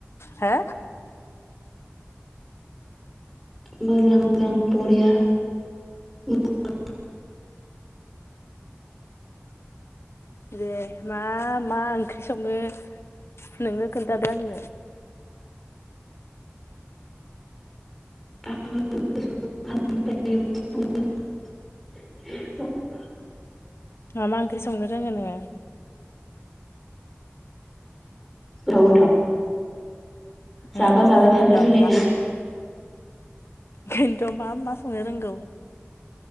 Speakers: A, on the left; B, in the centre.
A: हो
B: मोजां मोजां बरिया <unintelligible>
A: दे मा मा ओंख्रि सङो नोङो खोन्थादो आंनो
B: <unintelligible> <unintelligible>
A: मा मा ओंख्रि संनो रोङो नोङो
B: थाव गोथाव जाबा
A: उम
B: जाबाय थानो
A: एकदम
B: लुगै लायनाय
A: खिन्थ' मा मा संनो रोंगौ